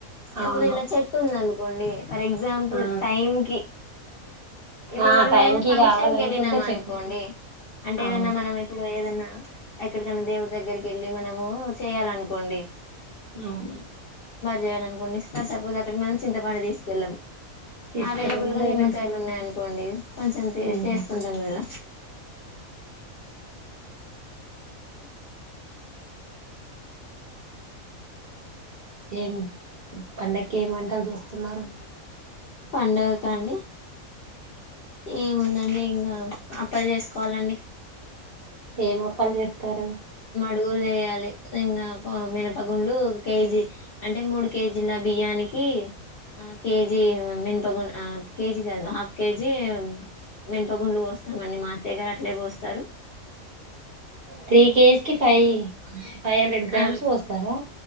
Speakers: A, on the right; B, on the left.
A: అవును
B: ఒకవేళ చెట్టు ఉంది అనుకోండి ఫర్ ఎగ్జాంపుల్
A: ఆ
B: టైం కి ఇప్పుడు
A: ఆ
B: మనం
A: టైంకి
B: ఏదైనా ఫంక్షన్
A: కావాలనుకుంటే
B: కి వెళ్ళినామ
A: చెట్టు
B: అనుకోండి అంటే
A: అవును
B: ఏదన్నా మనం ఇప్పుడు ఏదన్నా ఎక్కడికన్నా దేవుడ్ డిదగ్గరికి వెళ్ళి మనము చేయ్యాలనుకోండి
A: అవును
B: చేయాలి అనుకోండి ఫర్ సపోజ్ అక్కడ మనం చింతపండూ తీసుకెళ్లం
A: తీసుకెళ్ళము
B: అవైలబుల్ గా
A: లెమన్స్
B: నిమ్మకాయలు ఉన్నాయి ఆన్ కోండి కొంచెం
A: అవును
B: చేసుకుంటాం కదా ఒకే
A: ఏం పండకి ఏమి వంటలు చేస్తున్నారు
B: పండగ కా అండి ఏముందండి ఇంకా అప్పలు చేసుకోవాలండి
A: ఏం అప్పలు చేస్తారు
B: డుగులు చేయాలి ఇంగా మినపగుండ్లు ఒక కేజీ అంటే మూడు కేజీల బియ్యానికి కి ఆ కేజీ మన్పగుం ఆ కేజీ కాదు హాఫ్ కేజీ మినపగుండ్లు పోస్తామండి మా అత్తయ్య గారు అట్లే పోస్తారు
A: త్రీ కేజీస్ కి ఫైవ్ ఫైవ్ హండ్రెడ్ గ్రామ్స్
B: ఆ
A: పోస్తారా